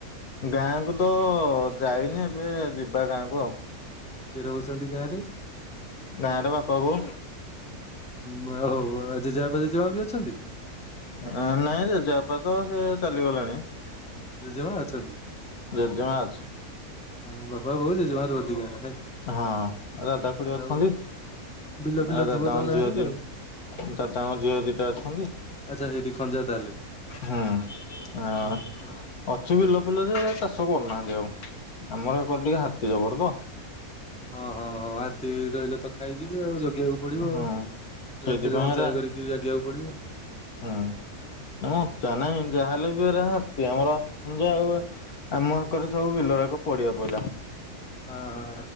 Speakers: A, on the left; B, in the centre.
A: ଗାଁକୁ ତ ଯାଇନି ଏବେ ଯିବା ଗାଁକୁ ଆଉ
B: କିଏ ରହୁଛନ୍ତି ଗାଁ ରେ?
A: ଗାଁ ରେ ବାପା ବୋଉ।
B: ହଁ ଆ ହଉ ଜେଜେବାପା ଜେଜମା ବି ଅଛନ୍ତି?
A: ନାଇଁ ଜେଜେବାପା ତ ସେ ଚାଲିଗଲେଣି।
B: ଜେଜେମା ଅଛନ୍ତି।
A: ଜେଜେମା ଅଛି।
B: ହଁ ବାପା ବୋଉ ଜେଜେମା ରୁହନ୍ତି ଗାଁରେ।
A: ହଁ ଦାଦା ଖୁଡି
B: ଯାହା
A: ଅଛନ୍ତି।
B: ହଉ ବିଲ ଫିଲ
A: ଆ ଦାଦାଙ୍କର
B: ଥିବ ତ ଗାଁରେ
A: ଝିଅ ଦି
B: ଆଉ
A: ଦାଦାଙ୍କ ଝିଅ ଦିଟା ଅଛନ୍ତି।
B: ଆଚ୍ଛା ହେଇଠି ଖଞ୍ଜା ତାହେଲେ
A: ହୁଁ ଆ
B: ହଁ ହଁ
A: ଅଛି ବିଲ ଫିଲ ଯେ ଚାଷ କରୁନାହାନ୍ତି ଆଉ ଆମର ସେକରେ ଟିକେ ହାତୀ ଜବର ତ,
B: ହଁ ହଁ ହଁ ହାତୀ ରହିଲେ ତ ଖାଇଯିବେ ଆଉ ଜଗେଇିବାକୁ ପଡିବ
A: ହୁଁ
B: ଆଉ
A: ସେଇଥିପାଇଁ
B: ରାତିରେ ମଞ୍ଚା
A: ଏରା
B: କରିକି। କି ଜାଗିବାକୁ ପଡିବ ଆଉ
A: ହୁଁ ମଞ୍ଚା ନାହିଁ ଯାହାହେଲେ ବିହା ଆମର ଯାହା ହୁଏ। ଆମ ହେକରେ ସବୁ ବିଲରାକ ପଡିଆ ପଡିଲା।
B: ଓହୋ